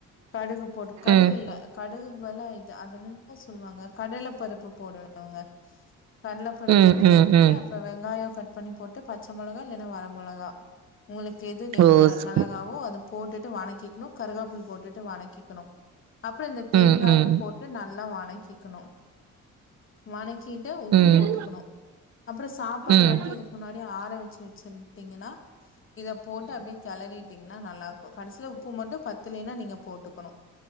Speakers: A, on the left; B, on the right.
A: கடுகு போட்டு கடுகு
B: ம்
A: இல்ல கடுகுக்கு பதுலா இது அது என்னெனமோ சொல்லுவாங்க கடல பருப் பு போடணுங்க கடல படுப்பு
B: ம்
A: போட்டுட்டு
B: ம் ம்
A: அப் ப வெங்காயம் கட் பண்ணி போட்டு பச்ச மொளகா இல்லேனா வர மொளகா ஒங்குளுக்கு எது தேவ
B: ஓ
A: வே
B: ஸ்
A: மெளகாவோ அது போட்டுட்டு வனக்கிக்கணு கருகாப்புள் போட் டுட்டு வனக்கிக்குணும் அப்புறோந்த தேங்காயு
B: ம் ம்
A: போட் டு நல்லா வனக்கிக்கணு வனக்கிட்டு உப்பு
B: ம் ம்
A: போட்டுக்கணு அப்புற சாப்பாடு
B: ம்
A: வன்ட்டு இதுக் முன்னாடி ஆற வெச்சு வெச்சிருந்துட்டீங்கன்னா இத போட்டு அப்பிடியே கெளறிட்டீங்னா நல்லாருக்கு கடசில உப்பு மட்டும் பத்தலேனா நீங்க போட்டுக்கணு